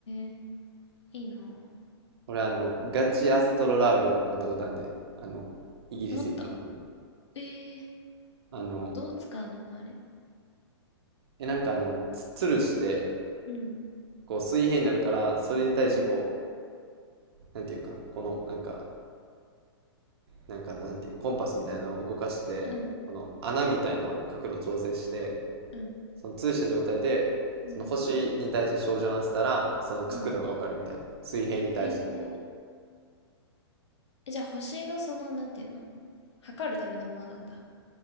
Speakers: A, on the left; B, on the right.
A: え、いいな。
B: 俺あの、ガチアストロラーベン持ったことあるんで、あの、イギリス行った時に。
A: 思ったえー
B: あの、
A: どう使うのあれ。
B: え、なんかあの、つ、つるして、
A: うん、
B: こう水平になるから、それに対してこ
A: うん、
B: う、なんていうかな、この、なんか、なんかなんていう、コンパスみたいなのを動かして、
A: うん、
B: この穴みたいなのを角度調整して、
A: うん、
B: その通した状態で、
A: うん、
B: その星に対して照準を合わせたら、その角度がわかるみたいな。
A: うん。
B: 水平に対してこう、
A: へええ、じゃあ、星がその、なんていうの測るためのものなんだ。